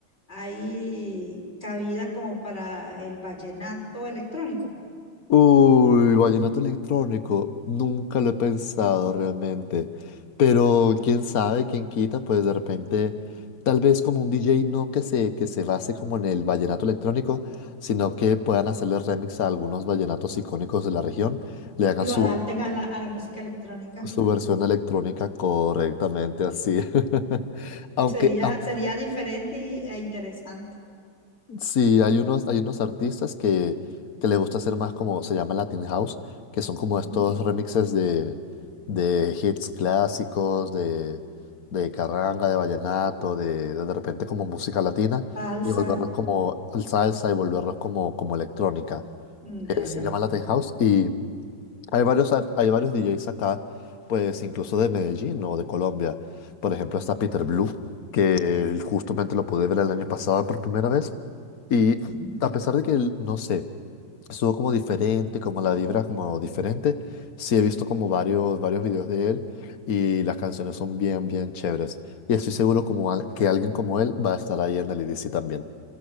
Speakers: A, on the left (about 30°); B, on the left (about 50°).
A: hay cabida como para el vallenato electrónico?
B: Uy, vallenato electrónico, nunca lo he pensado realmente, pero quién sabe, quién quita, pues de repente, tal vez como un DJ no que se, que se base como en el vallenato electrónico, sino que puedan hacerle remix a algunos vallenatos icónicos de la región, le hagan
A: Y lo
B: su,
A: adapten a la, a la música electrónica.
B: su versión electrónica correctamente así. <laughs> Aunque,
A: Sería,
B: aunque
A: sería diferente y- e interesante.
B: Sí, hay unos, hay unos artistas que, que les gusta hacer más como se llama Latin House, que son como
A: Ujú.
B: estos remixes de, de hits clásicos, de, de carranga, de vallenato, de, de de repente como música latina
A: Salsa,
B: y volverlos como salsa y volverlos como, como electrónica.
A: mm,
B: Eh,
A: ya, ya.
B: se llama Latin House y hay varios, ar- hay varios DJs acá, pues incluso de Medellín o de Colombia. Por ejemplo, está Peter Blue, que justamente lo pude ver el año pasado por primera vez. Y
A: Ujú.
B: a pesar de que, el- no sé, estuvo como diferente, como la vibra como diferente, sí he visto como varios, varios videos de él y las canciones son bien, bien chéveres. Y estoy seguro como al- que alguien como él va a estar ahí en el EDC también.